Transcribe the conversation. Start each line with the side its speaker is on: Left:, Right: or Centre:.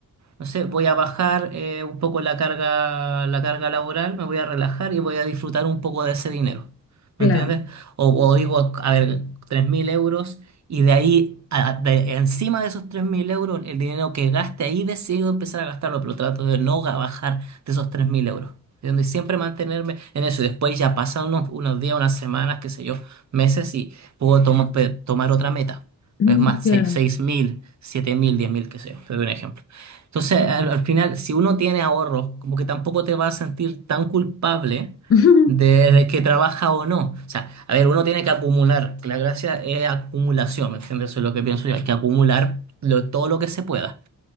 Right: no sé, voy a bajar eh, un poco la carga, la carga laboral, me voy a relajar y voy a disfrutar un poco de ese dinero.
Left: Claro,
Right: ¿Me entiendes? O, o digo, a ver, tres mil euros y de ahí, a- de- encima de esos 3.000 euros, el dinero que gaste ahí decido empezar a gastarlo, pero trato de no ga- bajar de esos 3.000 euros. ¿Entiendes? Y siempre mantenerme en eso. Y después ya pasan unos, unos días, unas semanas, qué sé yo, meses y puedo tomo- pe- tomar otra meta.
Left: mm,
Right: Es más,
Left: claro.
Right: seis- mil siete mil diez mil qué sé yo. Te doy un ejemplo. Entonces, al, al final, si uno tiene ahorros, como que tampoco te vas a sentir tan culpable
Left: <laughs>
Right: de, de que trabaja o no. O sea, a ver, uno tiene que acumular. La gracia es acumulación, ¿me entiendes? Eso es lo que pienso yo. Hay que acumular lo- todo lo que se pueda.